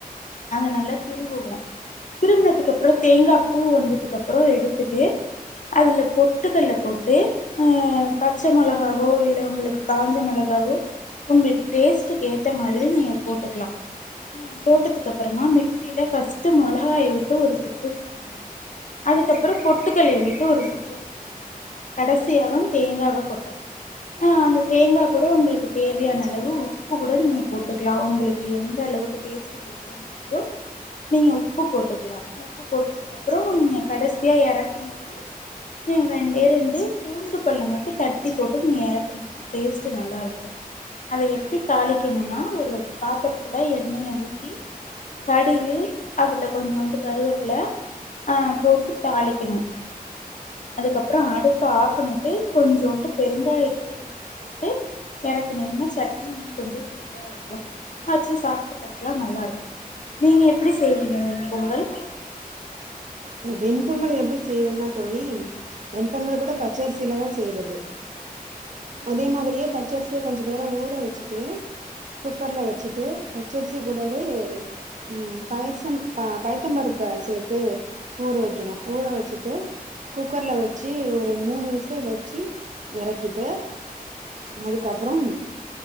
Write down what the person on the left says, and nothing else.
அதை நல்லா திருபுவோம் திருவினதுக்கு அப்புறம் தேங்காய் பூ வந்ததுக்கு அப்புறம் எடுத்துட்டு அதுல பொட்டுக்கல போட்டு ஹ பச்சை மிளகாவோ இல்லை உங்களுக்கு காஞ்ச மிளகாவோ உங்களுக்கு தே டேஸ்ட்டுக்கு ஏத்த மாதிரி நீங்க போட்டுக்கலாம் ஹ போட்டதுக்கு அப்புறமா மிக்ஸில பஸ்ட் மிளகாய் மட்டும் ஒரு சுத்து சுத்திக்கணும் அதுக்கப்புறம் பொட்டுக்கல்ல விட்டு ஒரு சுத்து சுத்திக்கணும் கடைசியாகும் தேங்காவ கொட்டணும் அஹ் அந்த தேங்காய் கூட உங்களுக்கு தேவையான அளவு உப்பு கூட நீங்க போட்டுக்கலாம் உங்களுக்கு எந்த அளவுக்கு டேஸ்ட்ட் கேட ஏத்த மாதிரியோ நீங்க உப்பு போட்டுக்கலாம் உப்பு போட்டதுக்கு அப்புறம் நீங்க கடைசியாக இறக்கும் போது நீ ரெண்டே ரெண்டு பூண்டு பல்ல மட்டும் தட்டி போட்டு நீங்க இறக்குனீங்கன்னா டேஸ்ட்டு நல்லாருக்கும் அதை எப் எப்படி தாளிக்கணும்னா ஒரு பாத்திரத்துல எண்ணெயை ஊத்தி கடுகு அதுல கொஞ்ச ஜோண்டு கருவப் ஹ போட்டு தாளிக்கணும் அதுக்கப்புறம் அடுப்ப ஆப் பண்ணிட்டு கொஞ்ச ஜோண்டு பெருங்காய தூள் மட்டும் போட்டு இறக்கனீங்கன்னா சட்னி இன்னும் கொஞ்சம் சூப்பரா இருக்கும் வச்சு சாப்பிட் பக்கலாம் நல்லா இருக்கும் நீங்க எப்படி செய்வீங்க நீங்க பொங்கல்